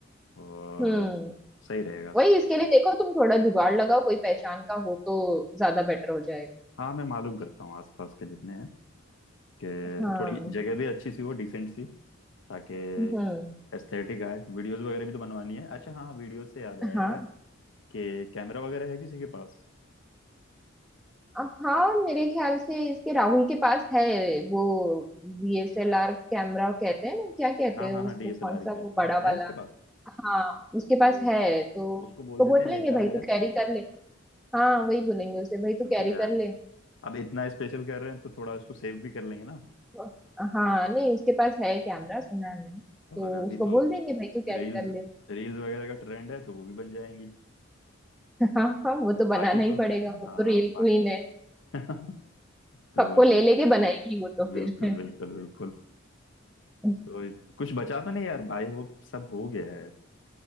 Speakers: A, on the left; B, in the centre.
A: अ,
B: हम्म
A: सही रहेगा
B: वही इसके लिए देखो तुम थोड़ा जुगाड़ लगाओ कोई पहचान का हो तो ज्यादा बेटर हो जाएगा
A: हाँ मैं मालूम करता हूँ आसपास के जितने हैं कि
B: हाँ
A: थोड़ी जगह भी अच्छी सी हो डिसेंट सी ताकि
B: हम्म
A: एस्थेटिक आए वीडियोस वगैरह भी तो बनवानी है अच्छा हाँ वीडियोस से याद आया
B: हाँ
A: यार कि कैमरा वगैरह है किसी के पास
B: हाँ मेरे ख्याल से इसके राहुल के पास है वो डीएसएलआर कैमरा कहते हैं ना क्या कहते
A: हाँ
B: हैं
A: हाँ हाँ
B: उसको
A: डीएसएलआर
B: कौन सा
A: ही कहते
B: वो बड़ा
A: हैं
B: वाला
A: है उसके पास
B: हाँ उसके पास
A: तो,
B: है तो
A: तो
B: उसको
A: उसको बोल देते
B: बोलेंगे
A: हैं लेता
B: भाई
A: है
B: तू
A: यार
B: कैरी कर ले हाँ वही बोलेंगे उसे भाई तू
A: क्योंकि
B: कैरी
A: यार
B: कर ले
A: अब इतना स्पेशल कर रहे हैं तो थोड़ा उसको सेव भी कर लेंगे ना
B: तो- हाँ नहीं उसके पास है कैमरा सुना है मैंने तो
A: और अभी
B: उसको
A: तो
B: बोल देंगे भाई तू कैरी
A: रील्स
B: कर ले
A: रील्स वगैरह का ट्रेंड है तो वो भी बन जाएंगी
B: <laughs> हाँ हाँ वो तो बनाना
A: बाकी
B: ही
A: तो
B: पड़ेगा वो
A: हाँ
B: तो रील क्वीन है
A: बाकी <laughs> तो
B: सबको ले लेके बनाएगी वो तो
A: बिल्कुल
B: फिर
A: बिल्कुल बिल्कुल
B: <laughs>
A: तो कुछ बचा तो नहीं यार आई होप सब हो गया है